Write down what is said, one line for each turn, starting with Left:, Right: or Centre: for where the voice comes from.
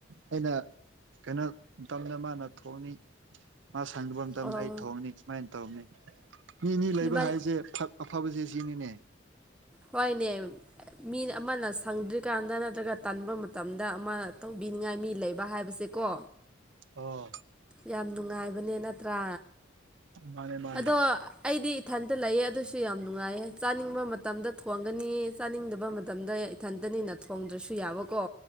Right: ꯑꯩꯅ ꯀꯩꯅꯣ ꯃꯇꯝꯗ ꯃꯥꯅ ꯊꯣꯡꯅꯤ ꯃꯥ ꯁꯪꯗꯕ ꯃꯇꯝꯗ
Centre: ꯑꯣ
Right: ꯑꯩ ꯊꯣꯡꯅꯤ ꯁꯨꯃꯥꯏꯅ ꯇꯧꯕꯅꯦ ꯃꯤꯅꯤ ꯂꯩꯕ
Centre: ꯅꯤꯕꯥꯟ
Right: ꯍꯥꯏꯁꯦ ꯑꯐꯕꯁꯦ ꯁꯤꯅꯤꯅꯦ
Centre: ꯍꯣꯏꯅꯦ ꯃꯤ ꯑꯃꯅ ꯁꯪꯗ꯭ꯔꯤꯀꯥꯟꯗ ꯅꯠꯇ꯭ꯔꯒ ꯇꯟꯕ ꯃꯇꯝꯗ ꯑꯃ ꯇꯧꯕꯤꯅꯤꯡꯉꯥꯏ ꯃꯤ ꯂꯩ ꯕ ꯍꯥꯏꯕꯁꯦ ꯀꯣ
Right: ꯑꯣ
Centre: ꯌꯥꯝ ꯅꯨꯡꯉꯥꯏꯕꯅꯦ ꯅꯠꯇ꯭ꯔꯥ
Right: ꯃꯥꯅꯦ ꯃꯥꯅꯦ
Centre: ꯑꯗꯣ ꯑꯩꯗꯤ ꯏꯊꯟꯇ ꯂꯩꯌꯦ ꯑꯗꯨꯁꯨ ꯌꯥꯝ ꯅꯨꯡꯉꯥꯏꯌꯦ ꯆꯥꯅꯤꯡꯕ ꯃꯇꯝꯗ ꯊꯣꯡꯒꯅꯤ ꯆꯥꯅꯤꯡꯗꯕ ꯃꯇꯝꯗ ꯏꯊꯟꯇꯅꯤꯅ ꯊꯣꯡꯗ꯭ꯔꯁꯨ ꯌꯥꯕꯀꯣ